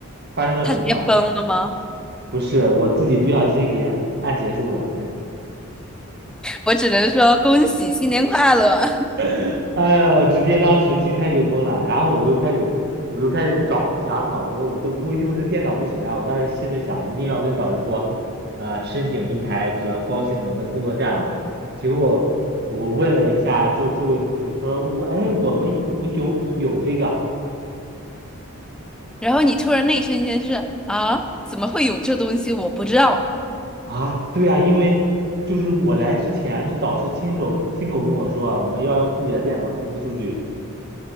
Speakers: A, on the right; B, in the centre.
A: 发生了什么吗？
B: 他直接崩了吗？
A: 不是，我自己不小心给按按结束了。
B: 我只能说恭喜新年快乐。<laughs>
A: <laughs> 哎呦，直接当时心态就崩了。然后我就开始，我就开始找其他的嘛。我说我这不会用这电脑不行啊。我当时心里想，一定要跟导师说，呃，申请一台比较高性能的工作站嘛。结果我问了一下周周围同事，说我哎，我们我有有这个。
B: 然后你突然那一瞬间是啊，怎么会有这东西？我不知道。
A: 啊，对啊，因为就是我来之前是导师亲手亲口跟我说啊，我们要用自己的电脑分析数据。